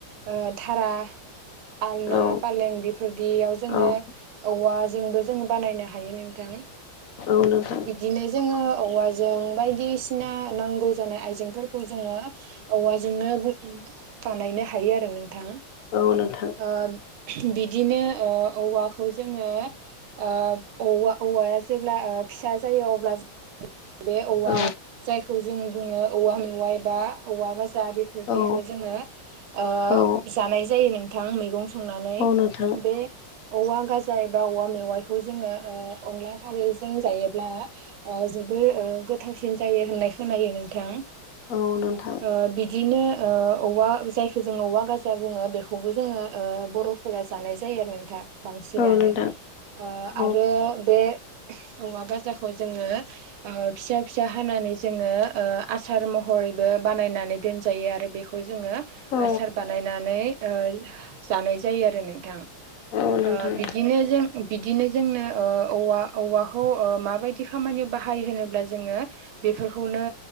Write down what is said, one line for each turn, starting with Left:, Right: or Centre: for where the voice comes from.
Right: ओ धारा आलना
Left: औ
Right: फालें बेफोरदियाव जोङो
Left: औ
Right: औवा जोंबो जों बानायनो हायो नोंथां।
Left: औ नोंथां।
Right: बिदिनो जोङो औवाजों बायदिसिना नांगौ जानाय आइजेंफोरखौ जोङो औवाजोंनो बुं बानायनो हायो आरो नोंथां।
Left: औ नोंथां।
Right: ओ बिदिनो ओ औवाखौ जोङो ओ औवा औवाया जेब्ला ओ फिसा जायो अब्ला बे औवा
Left: औ
Right: जायखौ जों बुङो औवा मेवाय बा हौवा गाजा बेफोरदिखौ
Left: औ
Right: जोङो ओ
Left: औ
Right: जानाय जायो नोंथां मैगं संनानै
Left: औ नोंथां
Right: बे औवा गाजा एबा औवा मेवाइखौ जोङो ओ अनला खारैजों जायोब्ला ओ जोबोर ओ गोथावसिन जायो होननाय खोनायो नोंथां।
Left: औ नोंथां।
Right: ओ बिदिनो ओ औवा जायखौ जों औवा गाजा बुङो बेखौबो जोङो ओ बर' फोरा जानाय जायो आरो नोंथां बांसिनानो
Left: औ नोंथां
Right: ओ
Left: औ
Right: आरो बे औवा गाजाखौ जोङो ओ फिसा फिसा हानानै जोङो ओ आसार महरैबो बानायनानै दोनजायो आरो बे खौ जोङो
Left: औ
Right: आसार बानायनानै ओ जानाय जायो आरो नोंथां। ओ
Left: औ नोंथां
Right: बिदिनो जों बिदिनो जोंनो औ औवा-औवाखौ ओ माबायदि खामानि <unintelligible> <unintelligible> होनोब्ला जोङो बेफोरखौनो